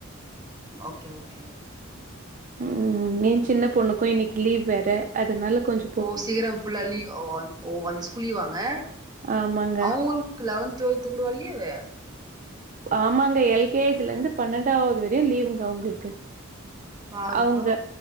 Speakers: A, on the right; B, on the right.
A: ஓகே ஓகேங்க
B: ம் என் சின்ன பொண்ணுக்கும் இனைக்கு லீவ் வேற அதுனால கொஞ்ச
A: ஓ சேரம் ஃபுல்லா லீவ் ஓ அந்த ஸ்கூல் லீவாங்க
B: ஆமாங்க
A: அவங்களுக்கு லெவன்த் டுவல்து கூடவா லீவு
B: ஆமாங்க எல்கேஜ்ல இருந்து பன்னெண்டாவது வரையு லீவுங்க அவுங்களுக்கு
A: பாருப்பா
B: அவுங்க